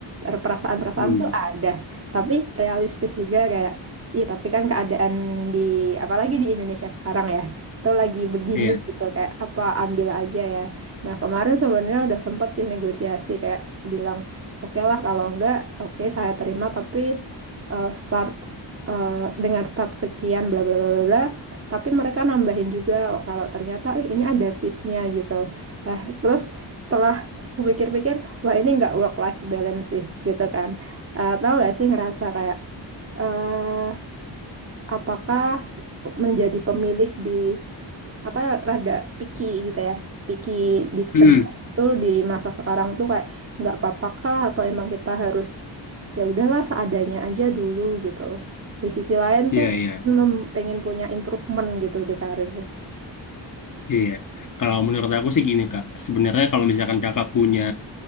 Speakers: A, on the right; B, on the left.
A: Er, Perasaan-perasaan
B: Mm.
A: tuh ada, tapi realistis juga kayak Iya, tapi kan keadaan di apalagi di Indonesia sekarang ya tuh lagi begini
B: Iya.
A: gitu kayak apa ambil aja ya. Nah kemarin sebenarnya udah sempat sih negosiasi kayak bilang oke lah kalau enggak oke saya terima tapi eh, start eh, dengan start sekian bla bla bla bla bla. Tapi mereka nambahin juga kalau ternyata eh, ini ada shiftnya gitu. Eh, terus setelah aku pikir-pikir wah ini nggak work life balance sih gitu kan. Eh, tahu gak sih ngerasa kayak eh apakah menjadi pemilih di apa rada picky gitu ya picky di pekerjaan
B: Mm-mm.
A: tuh di masa sekarang tuh kayak nggak apa-apa kah atau emang kita harus ya udahlah seadanya aja dulu gitu di sisi lain
B: Iya,
A: tuh pengen
B: iya,
A: mem- pengen punya improvement gitu di karir
B: iya. Kalau menurut aku sih gini, Kak. Sebenarnya kalau misalkan kakak punya,